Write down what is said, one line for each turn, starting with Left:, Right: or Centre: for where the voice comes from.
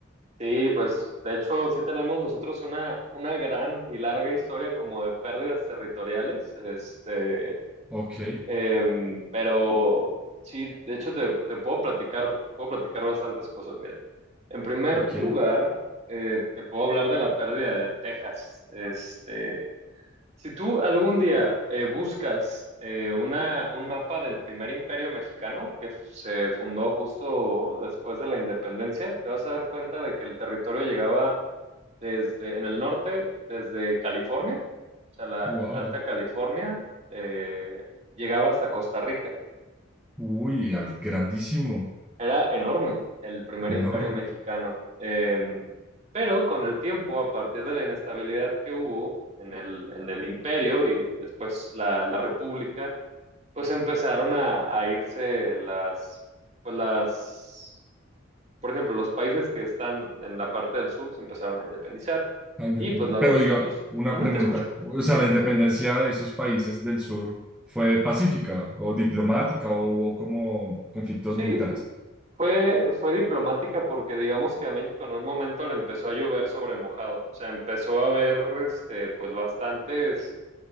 Right: sí, pues de hecho sí tenemos nosotros una, una gran y larga historia como de pérdidas territoriales, este,
Centre: Ok,
Right: em, pero sí, de hecho te, te puedo platicar, puedo platicar bastantes cosas. Mira, en primer
Centre: ok,
Right: lugar, eh, te puedo hablar de la pérdida de Texas. Este, Si tú algún día eh, buscas eh, una, un mapa del primer imperio mexicano que se fundó justo después de la independencia, te vas a dar cuenta de que el territorio llegaba desde en el norte, desde California, o sea, la
Centre: wow,
Right: Alta California, eh, llegaba hasta Costa Rica.
Centre: uy, al- grandísimo,
Right: Era enorme el primer
Centre: enorme.
Right: imperio mexicano. Eh, pero con el tiempo, a partir de la inestabilidad que hubo en el, en el imperio y después la, la república, Pues empezaron a, a irse las, pues las, por ejemplo, los países que están en la parte del sur se empezaron a independizar
Centre: La independe-
Right: y pues luego
Centre: Pero diga,
Right: sus,
Centre: una
Right: Ujú,
Centre: pregunta.
Right: te escucho,
Centre: O sea,
Right: dime.
Centre: ¿la independencia de esos países del sur fue pacífica o diplomática o hubo como conflictos
Right: Sí,
Centre: militares?
Right: fue, fue diplomática porque digamos que a México en un momento le empezó a llover sobre mojado, o sea, empezó a haber, este, pues bastantes,